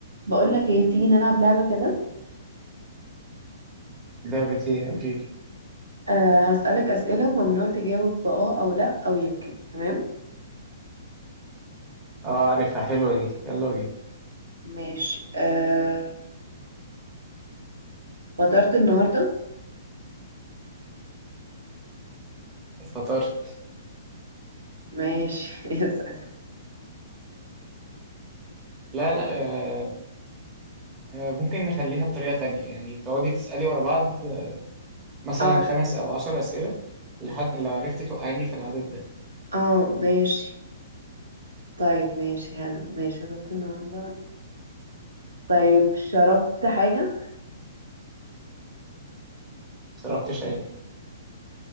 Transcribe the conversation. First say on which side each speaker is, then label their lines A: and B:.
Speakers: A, on the right; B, on the right.
A: بقولك ايه تيجي نلعب لعبة كده
B: لعبة ايه قوليلي
A: أه هسألك أسئلة وممنوع تجاوب بآه أو لأ أو يمكن تمام
B: اه عارفها حلوة دي يلا بينا
A: ماشي أه فطرت النهاردة
B: فطرت
A: ماشي <laughs> اسأل
B: لا لا آه آه ممكن نخليها بطريقة تانية يعني تقعدي تسألي ورا بعض آه، مثلا
A: اه الح-
B: خمس أو عشر أسئلة لحد لو عرفتي توقعيني في العدد ده
A: اه ماشي طيب ماشي حلو ماشي فطرت النهاردة طيب شربت حاجة
B: شربت شاي